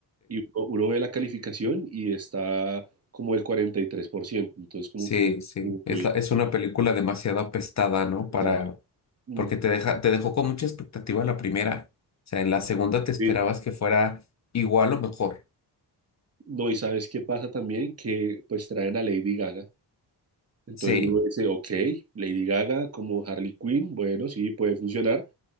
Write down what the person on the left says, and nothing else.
Sí,
sí. Es,
la- es
una película demasiado apestada, ¿no?
Para,
porque te deja, te dejó con mucha expectativa la primera. O sea, en la segunda te esperabas
que fuera igual o mejor.
Sí,